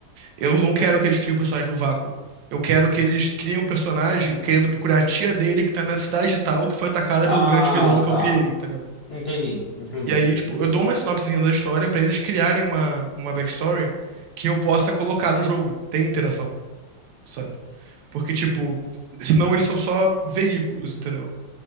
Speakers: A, on the right (about 75°); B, on the left (about 60°).
A: Eu não quero que eles criem o personagem no vácuo. Eu quero que eles criem um personagem querendo procurar a tia dele que tá na cidade tal, que foi atacada
B: Ah,
A: pelo grande vilão que
B: tá.
A: eu criei, entendeu?
B: Entendi, entendi.
A: E aí, tipo, eu dou uma sinopsezinha da história pra eles criarem uma, uma backstory que eu possa colocar no jogo. Tem interação, sabe? Porque, tipo, senão eles são só veículos, entendeu?